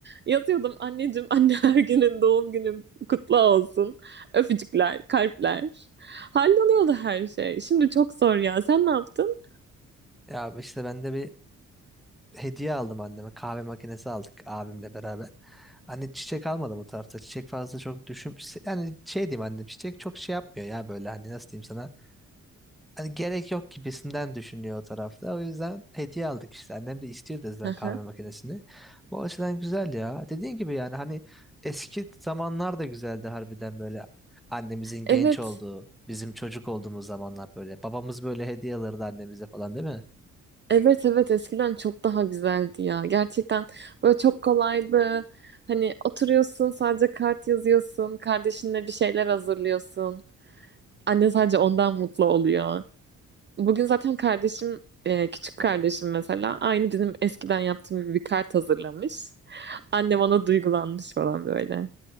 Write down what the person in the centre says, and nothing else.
ya işte ben de bir hediye aldım anneme. Kahve makinesi aldık abimle beraber. Hani çiçek almadım o tarafta. Çiçek fazla çok düşün yani şey diyeyim annem çiçek çok şey yapmıyor ya böyle hani nasıl diyeyim sana. hani gerek yok gibisinden düşünüyor o tarafta. O yüzden hediye aldık işte. Annem de istiyor da zaten
kahve makinesini. Bu açıdan güzel ya. Dediğin gibi yani hani eski zamanlar da güzeldi harbiden böyle. Annemizin
genç olduğu, bizim çocuk olduğumuz zamanlar böyle. Babamız böyle hediye alırdı annemize falan değil mi?